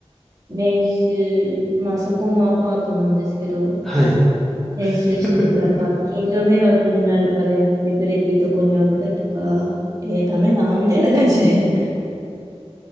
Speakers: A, on the right; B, in the centre.
A: 練習、まあそこもアパートなんですけど、
B: はい。
A: 練習してたら近所迷惑になるからやめてくれっていとこに言われたりとか、
B: <laughs>
A: えー、ダメなみたいな感じで。<laughs>